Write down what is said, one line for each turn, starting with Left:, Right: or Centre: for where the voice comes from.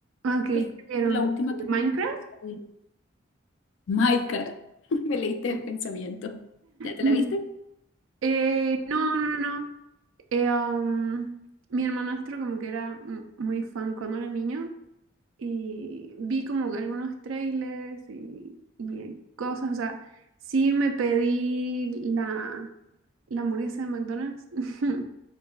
Right: Ok, ¿qué
Left: Pero
Right: vieron?
Left: la última que me
Right: ¿Minecraft?
Left: vi, Minecraft, <laughs> me leíste
Right: <laughs>
Left: el pensamiento. ¿Ya te
Right: Ujú.
Left: la viste?
Right: Eh, no, no, no. no. Eh, um, mi hermanastro como que era m- muy fan cuando era niño y vi como que algunos trailers y, y cosas, o sea, sí me pedí la, la hamburguesa de McDonald's, <laughs>